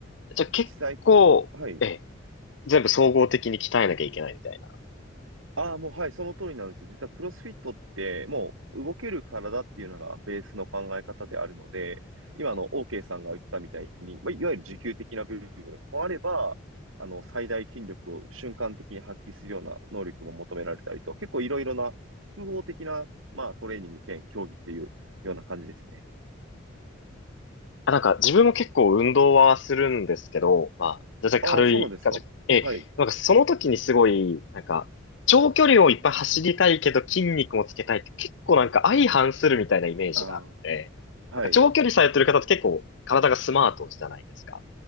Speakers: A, on the left; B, on the right.
A: じゃあ結構、
B: 実際、はい。
A: ええ、全部総合的に鍛えなきゃいけないみたいな。
B: ああ、もうはい、その通りなんです。実はクロスフィットって、もう動ける体っていうのがベースの考え方であるので、今あの
A: ええ
B: OK さんが言ったみたいに、まあ、いわゆる持久的な部分もあれば、あの、最大筋力を瞬間的に発揮するような能力も求められたりと、結構いろいろな複合的な、まあ、トレーニング兼競技っていうような感じですね。
A: あ、なんか自分も結構運動はするんですけど、まあ、全然軽い感じ。
B: ああ、そうなんですか。
A: ええ、
B: はい。
A: なんかその時にすごい、なんか、長距離をいっぱい走りたいけど筋肉もつけたいって結構なんか相反するみたいなイメージがあって、
B: ああ、
A: なんか長距離されてる方って結構体がスマートじゃないですか。
B: はい。